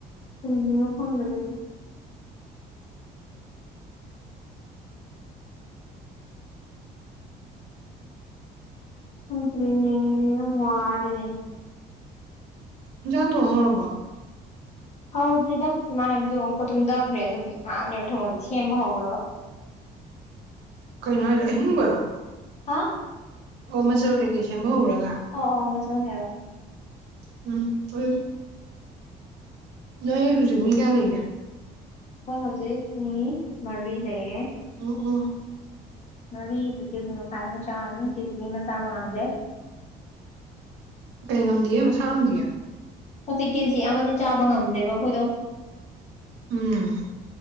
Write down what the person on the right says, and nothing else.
ꯏꯟꯖꯥꯡ ꯊꯣꯡ ꯍꯧꯔꯕꯣ
ꯀꯩꯅꯣ ꯍꯥꯏꯖꯦ ꯑꯍꯤꯡꯕꯔꯣ
ꯑꯣ ꯃꯆꯜ ꯀꯩꯀꯩ ꯁꯦꯝꯕ ꯍꯧꯔꯒ
ꯎꯝ ꯎꯏ ꯅꯣꯏ ꯍꯧꯖꯤꯛ ꯃꯤ ꯀꯌꯥ ꯂꯩꯒꯦ
ꯎꯝ ꯎꯝ
ꯀꯩ ꯉꯝꯗꯤꯌ‌ꯦ ꯃꯁꯥ ꯉꯝꯗꯤꯌ‌ꯦ
ꯎꯝ